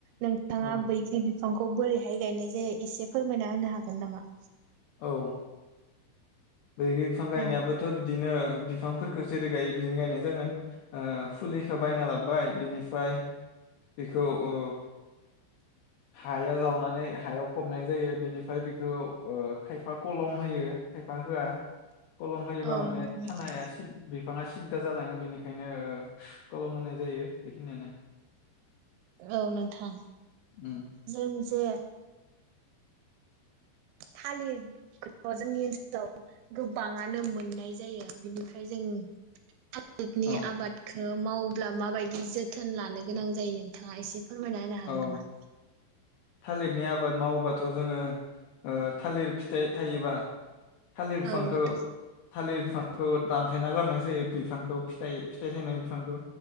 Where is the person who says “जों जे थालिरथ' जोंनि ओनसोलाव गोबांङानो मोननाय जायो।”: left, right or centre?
Right